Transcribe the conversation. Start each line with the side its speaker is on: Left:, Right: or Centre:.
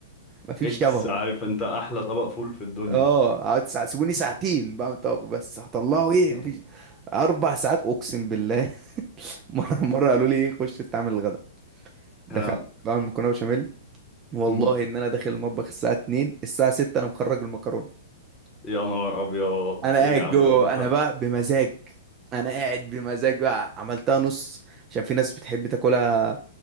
Right: مفيش
Left: اكس
Right: شبهه
Left: عارف انت احلى طبق فول في الدنيا
Right: اه اقعد ساع- سيبوني ساعتين بعمل طبق بس هطلعه
Left: <laughs>
Right: ايه مفيش اربع ساعات اقسم بالله <laughs> مرة <laughs> مرة قالوا لي خش تعمل الغداء دخلت
Left: آه،
Right: بعمل مكرونة بشاميل والله
Left: مم.
Right: ان انا داخل المطبخ الساعة 2 الساعة 6 انا مخرج المكرونة
Left: يا نهار ابيض
Right: انا قاعد
Left: ايه يا عم
Right: جوه
Left: ده ده-
Right: انا
Left: ده-
Right: بقى بمزاج انا قاعد بمزاج بقى عملتها نص عشان في ناس بتحب تاكلها